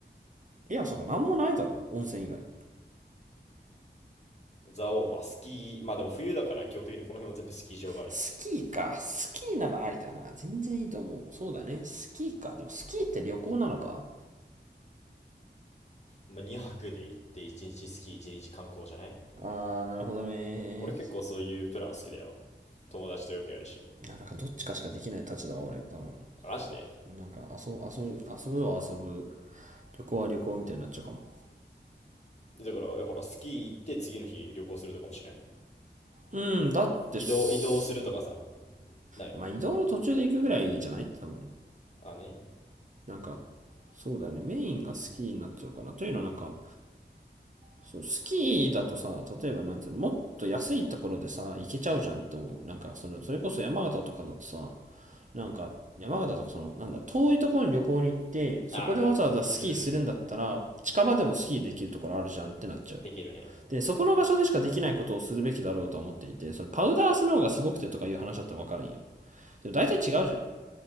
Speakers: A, on the right; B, on the left.
A: いや、そこなんもないだろ。温泉以外。
B: 蔵王、まあスキー、まあでも冬だから基本的にこの辺は全部スキー場があるよ。
A: スキーか。スキーならありだな。全然いいと思う。そうだね。スキーか。でもスキーって旅行なのか。
B: まあ2泊で行って1日スキー1日観光じゃない
A: あー、なるほどね。
B: 俺結構そういうプラン好きだよ。友達とよくやるし。
A: なんかどっちかしかできない立場は俺、多分。
B: マジで
A: なんか遊ぶ、遊ぶ、遊ぶは遊ぶ。旅行は旅行みたいになっちゃうかも。
B: だから、ほら、スキー行って次の日旅行するとかもしない。
A: うん、だってす、
B: 移動、移動するとかさ、ないの
A: まあ移動の途中で行くぐらいじゃない多分。
B: あね。
A: なんか、そうだよね。メインがスキーになっちゃうかな。というのはなんか、そう、スキーだとさ、例えばなんつうの、もっと安いところでさ、行けちゃうじゃんと思う。なんか、その、それこそ山形とかだとさ、なんか、山形とかその、なんだ、遠いところに旅行に行って、そこでわざわざスキーするんだったら、
B: あうん、
A: 近場でもスキーできるところあるじゃんってなっちゃう。
B: できるね。
A: で、そこの場所でしかできないことをするべきだろうと思っていて、それパウダースノーがすごくてとかいう話だったらわかるんよ。でも大体違うじゃん。っ